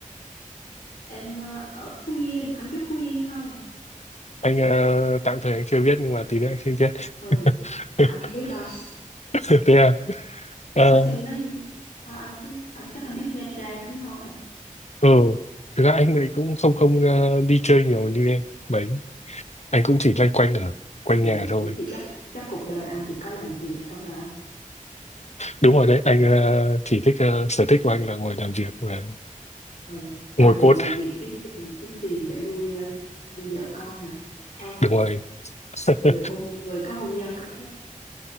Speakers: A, on the left; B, on the left.
A: Em ờ, ở Phú Yên, anh biết Phú Yên không?
B: anh ờ, tạm thời anh chưa biết nhưng mà tí nữa anh sẽ biết
A: Ừ,
B: <laughs>
A: anh không biết đâu.
B: thế à ờ
A: Nó xem nó thôi anh cứ anh chắc anh biết Nha Trang đúng không?
B: ừ thực ra anh ấy cũng không không ờ, đi chơi nhiều như em mấy anh cũng chỉ loanh quanh ở quanh
A: Rồi
B: nhà thôi
A: thì chắc chắc cuộc đời anh chỉ có làm việc thôi hả?
B: đúng rồi đấy anh ờ, chỉ thích ờ, sở thích của anh là ngồi làm việc và
A: Ừ. Anh
B: ngồi
A: ngồi
B: code
A: làm việc kiếm tiền kiếm tiền để nuôi ờ, nuôi vợ con mà Thôi,
B: đúng rồi <laughs>
A: người hôn người có hôn nhân có phép